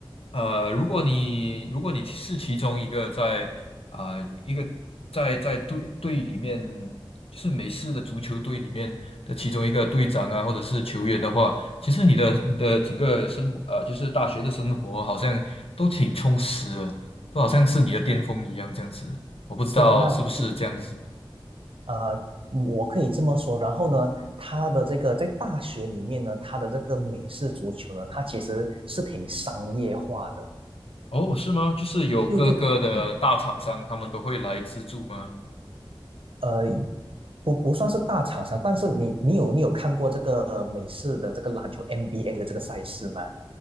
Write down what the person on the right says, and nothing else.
是的，那其呃，我可以这么说。然后呢，他的这个在大学里面呢，他的这个美式足球呢，它其实是挺商业化的。
就就怎么。
呃，不不算是大厂商，但是你你有你有看过这个美式的这个篮球 NBA 的这个赛事吗？